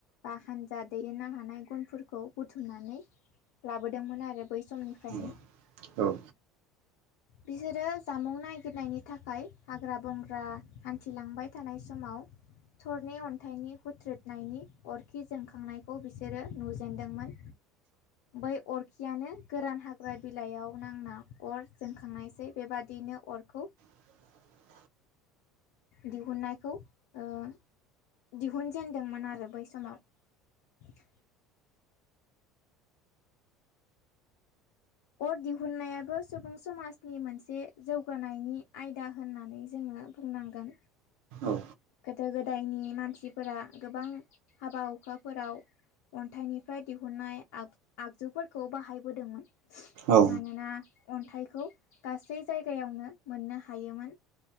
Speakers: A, on the left (about 55°); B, on the right (about 55°).
A: बा हानजा दैदेननो हानाय गुनफोरखौ बुथुमनानै लाबोदोंमोन आरो बै समनिफ्रायनो
B: उम औ
A: बिसोरो जामुं नागिरनायनि थाखाय हाग्रा बंग्रा हान्थिलांबाय थानाय समाव थरनै अन्थाइनि हुथ्रोदनायनि अरखि जोंखांनायखौ बिसोरो नुजेनदोंमोन बै अरखियानो गोरान हाग्रा बिलाइयाव नांना अर जोंखांनायसै बेबादिनो अरखौ
B: <inaudible>
A: दिहुननायखौ ओह दिहुनजेन दोंमोन आरो बै समाव अर दिहुननायाबो सुबुं समाजनि मोनसे जौगानायनि आयदा होननानै जोंङो हो बुंनांगोन
B: औ
A: गोदो गोदायनि मानसिफोरा गोबां हाबा हुखाफोराव अन्थाइनिफ्राय दिहुनन्नाय आग आगजुफोरखौ बाहायबोदोंमोन।
B: औ
A: मानोना अन्थाइखौ गासै जायगायावनो मोननो हायोमोन।